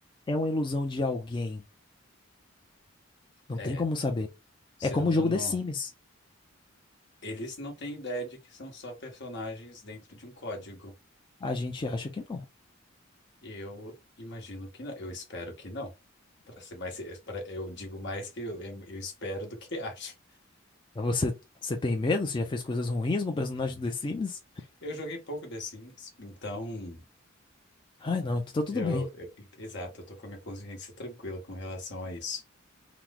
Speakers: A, on the left; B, on the left.
A: É uma ilusão de alguém. Não
B: É,
A: tem como
B: o
A: saber.
B: ser
A: É como
B: humano,
A: o jogo The Sims.
B: eles não têm ideia de que são só personagens dentro de um código.
A: A gente acha que não.
B: E eu imagino que não, eu espero que não. Para ser mais, pra- eu digo mais que eu, eu espero do que <laughs> acho.
A: Mas Você, você tem medo? Você já fez coisas ruins com o personagem do The Sims?
B: Eu joguei pouco The Sims, então
A: Ai, não, então tá tudo
B: eu,
A: bem.
B: eu- exato, eu tô com a minha consciência tranquila com relação a isso.